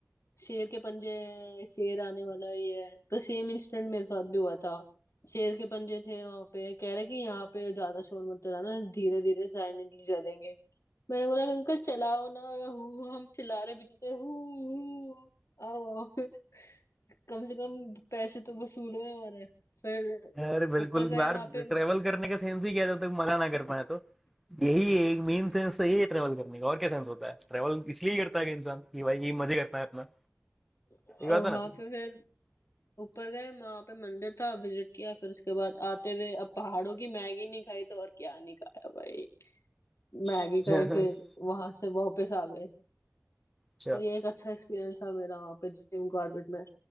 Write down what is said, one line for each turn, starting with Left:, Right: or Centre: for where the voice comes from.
Left: शेर के पंजे हैं शेर आने वाला ये है तो सेम इंसिडेंट मेरे साथ भी हुआ था शेर के पंजे थे वहां पे कह रहे कि यहाँ पे ज्यादा शोर मत चलाना धीरे धीरे साइलेंटली चलेंगे मैंने बोला अंकल चलाओ ना हु हम चिल्ला रहे पीछे से हु हु आओ आओ <laughs> कम से कम पैसे तो वसूल हुए हमारे फिर
Centre: अरे बिल्कुल
Left: ऊपर गए
Centre: यार
Left: वहां पे
Centre: ट्रेवल करने का सेंस ही क्या है, जब तक मना ना कर पाए तो यही एक मेन सेंस तो यही है ट्रेवल करने का और क्या सेंस होता है ट्रेवल इसलिए करता है कि इंसान कि भाई ये मजे करता है अपना
Left: और
Centre: ये बात है
Left: वहां
Centre: ना
Left: पे फिर ऊपर गए वहां पे मंदिर था विजिट किया फिर उसके बाद आते हुए अब पहाड़ों की मैगी नहीं खाई तो और क्या नहीं खाया भाई मैगी
Centre: <laughs>
Left: खाई फिर वहां से वापस आ गए
Centre: अच्छा
Left: तो ये एक अच्छा एक्सपीरियंस था मेरा वहां पे जिम कॉर्बेट में